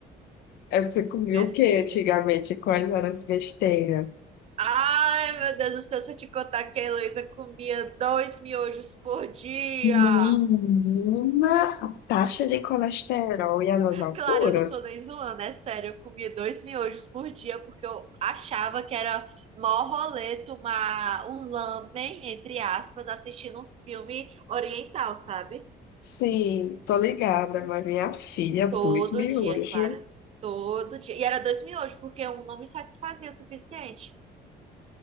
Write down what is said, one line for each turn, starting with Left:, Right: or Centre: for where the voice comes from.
Left: É, Você comia
Right: minha
Left: o
Right: filha.
Left: que antigamente? Quais eram as besteiras?
Right: Ai, meu Deus do céu, se eu te contar que a Heloísa comia dois miojos por dia.
Left: Menina, a taxa de colesterol e as alturas?
Right: Claro, eu não tô nem zoando, é sério. Eu comia dois miojos por dia porque eu achava que era mó rolê tomar um lamen, entre aspas, assistindo um filme oriental, sabe?
Left: Sim, tô ligada, mas minha filha, dois
Right: Todo
Left: miúdos.
Right: dia, Clara. Todo dia. E era dois miojos porque um não me satisfazia o suficiente.